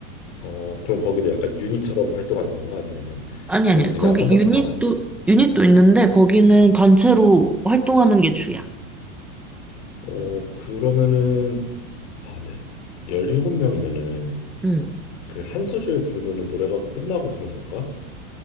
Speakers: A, on the left (about 55°); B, in the centre.
A: 어, 그럼 거기도 약간 유닛처럼 활동하는 건가? 아니면은
B: 아니 아니.
A: 거기 그냥
B: 거기
A: 한 번에
B: 유닛도
A: 다.
B: 유닛도 있는데 거기는 단체로 활동하는 게 주야.
A: 어, 그러면은, 아, 근데 17명이면은
B: 응.
A: 그 한 소절 부르면은 노래가 끝나고 그런 건가?